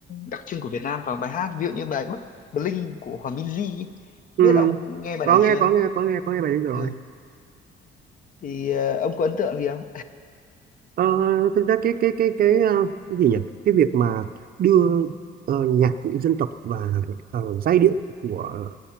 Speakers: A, on the left (about 40°); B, on the right (about 45°).
A: đặc trưng của Việt Nam vào bài hát ví dụ như bài Bắc Bling của Hòa Minzy ấy.
B: Ừ,
A: biết ông nghe bài
B: có
A: này
B: nghe
A: chưa
B: có nghe có nghe có nghe bài đấy rồi
A: ừ thì ờ, ông có ấn tượng gì không
B: Ờ, thực ra cái cái cái cái ờ, cái gì nhỉ cái việc mà đưa ờ, nhạc cụ dân tộc và ờ, giai điệu của